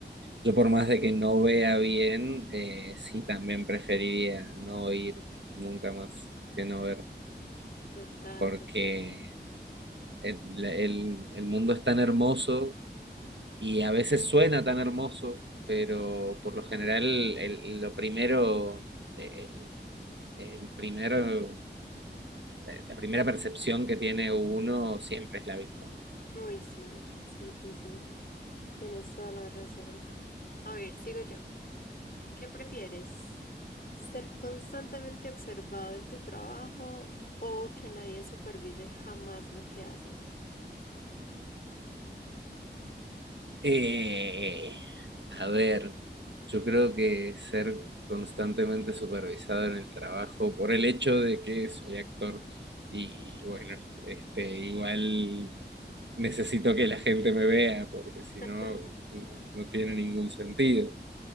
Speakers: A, on the right; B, on the left.
A: Yo por más de que no vea bien, eh, sí, también preferiría no oír nunca más que no ver,
B: Total,
A: porque...
B: total.
A: el, el- el mundo es tan hermoso y a veces suena tan hermoso, pero por lo general el- lo primero, el, el primero, la primera percepción que tiene uno siempre es la vista.
B: Uy, sí, sí, sí, sí. Tienes toda la razón. A ver, sigo yo. ¿Qué prefieres? ¿Ser constantemente observado en tu trabajo o que nadie supervise jamás lo que haces?
A: Eh, a ver, yo creo que ser constantemente supervisado en el trabajo por el hecho de que soy actor y bueno, este, igual necesito que la gente me vea, porque si
B: <laughs>
A: no, no, no tiene ningún sentido.